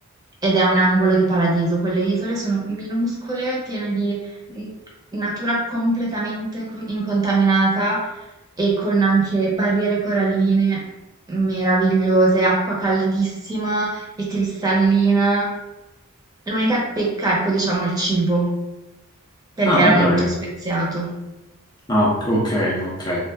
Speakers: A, on the right; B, on the left.
A: ed è un angolo di paradiso. Quelle isole sono minuscole, piene di mm, natura completamente co- incontaminata e con anche barriere coralline meravigliose, acqua caldissima e cristallina. L'unica pecca, ecco, diciamo il cibo, perché
B: Ah,
A: era
B: ma
A: molto
B: dai.
A: speziato.
B: Ah, ok, ok. ok.